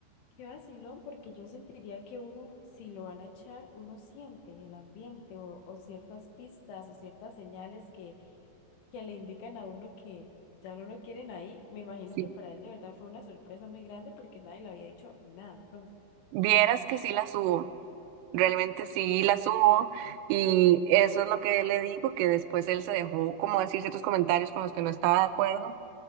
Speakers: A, on the left; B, on the right.
A: Qué vacilón, porque yo sentiría que uno, si lo van a echar, uno siente el ambiente o, o ciertas pistas o ciertas señales que, que le indican a uno que ya no lo quieren ahí. Me imagino
B: Sí.
A: que para él de verdad fue una sorpresa muy grande porque nadie le había dicho nada. Entonces,
B: Vieras que sí la subo. Realmente sí la subo y eso es lo que le digo, que después él se dejó como decir ciertos comentarios con los que no estaba de acuerdo.